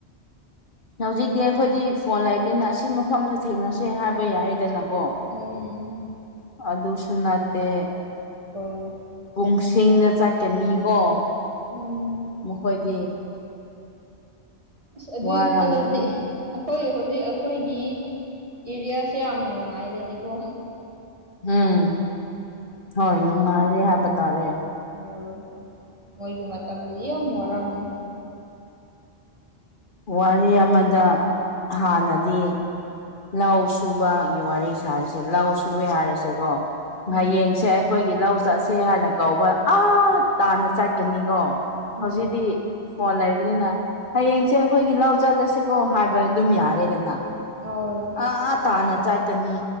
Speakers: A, on the left (about 50°); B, on the right (about 30°).
A: ꯍꯧꯖꯤꯛꯇꯤ ꯑꯩꯈꯣꯏꯗꯤ ꯐꯣꯟ ꯂꯩꯕꯅꯤꯅ ꯑꯁꯤ ꯃꯐꯝꯗ ꯊꯦꯡꯅꯁꯦ ꯍꯥꯏꯕ ꯌꯥꯏꯗꯅꯀꯣ
B: ꯎꯝ
A: ꯑꯗꯨꯁꯨ ꯅꯠꯇꯦ
B: ꯍꯣꯏ
A: ꯄꯨꯡꯁꯤꯡꯗ ꯆꯠꯀꯅꯤꯀꯣ
B: ꯎꯝ
A: ꯃꯈꯣꯏꯗꯤ
B: ꯑꯁ ꯑꯗꯨꯒꯤ
A: ꯋꯥꯔꯝꯒꯅꯤ
B: ꯈꯜꯂꯗꯤ ꯑꯩꯈꯣꯏ ꯍꯧꯖꯤꯛ ꯑꯩꯈꯣꯏꯒꯤ ꯑꯦꯔꯤꯌꯥꯁꯦ ꯌꯥꯝ ꯅꯨꯡꯉꯥꯏꯔꯦꯅꯦꯀꯣ
A: ꯎꯝ ꯍꯣꯏ ꯅꯨꯡꯉꯥꯏꯔꯦ ꯍꯥꯏꯕ ꯇꯥꯔꯦ
B: ꯑꯣ ꯃꯣꯏꯒꯤ ꯃꯇꯝꯗꯗꯤ ꯌꯥꯝ ꯋꯥꯔꯝꯅꯤ
A: ꯋꯥꯔꯤ ꯑꯃꯗ ꯍꯥꯟꯅꯗꯤ ꯂꯧ ꯁꯨꯕꯒꯤ ꯋꯥꯔꯤ ꯁꯥꯔꯁꯦ ꯂꯧ ꯁꯨꯕꯩ ꯍꯥꯏꯔꯁꯦꯀꯣ
B: ꯎꯝ
A: ꯍꯌꯦꯡꯁꯦ ꯑꯩ ꯑꯩꯈꯣꯏꯒꯤ ꯂꯧ ꯆꯠꯁꯦ ꯍꯥꯏꯅ ꯀꯧꯕ ꯑꯥ ꯇꯥꯅ ꯆꯠꯀꯅꯤꯀꯣ
B: ꯎꯝ
A: ꯍꯧꯖꯤꯛꯗꯤ ꯐꯣꯟ ꯂꯩꯕꯅꯤꯅ ꯍꯌꯦꯡꯁꯦ ꯑꯩꯈꯣꯏꯒꯤ ꯂꯧ ꯆꯠꯂꯁꯤꯀꯣ ꯍꯥꯏꯕ ꯑꯗꯨꯝ ꯌꯥꯔꯦꯗꯅ
B: ꯑꯣ
A: ꯑꯥ ꯇꯥꯅ ꯆꯠꯀꯅꯤ